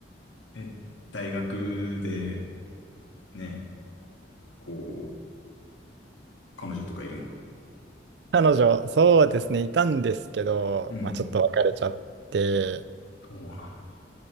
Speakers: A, on the left; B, on the right.
A: ー、え、大学で、ね、こう、彼女とかいるの
B: 彼女、そうですね、いたんですけど、
A: うん。
B: まあ、ちょっと別れちゃって、
A: そうなんだ。